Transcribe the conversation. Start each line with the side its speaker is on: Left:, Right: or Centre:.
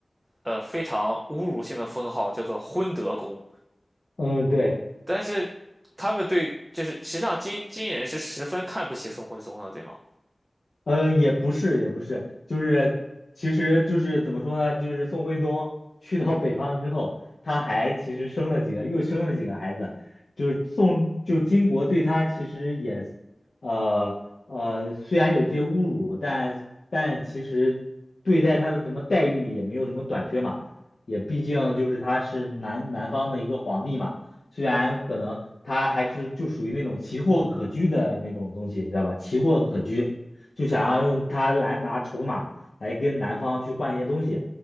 Right: 呃非常侮辱性的封号，叫做昏德公。
Left: 嗯对。
Right: 但是他们对，就是实际上金金人是十分看不起宋徽宗的，对吗？
Left: 嗯，也不是，也不是，就是，其实就是怎么说呢？就是宋徽宗去到北方之后，他还其实生了几个，又生了几个孩子，就是宋，就金国对他其实也，呃呃，虽然有一些侮辱，但但其实对待他的什么待遇也没有什么短缺嘛，也毕竟就是他是南南方的一个皇帝嘛，虽然可能他还是就属于那种奇货可居的那种东西，你知道吧？奇货可居。就想要用他来拿筹码来跟男方去换一些东西，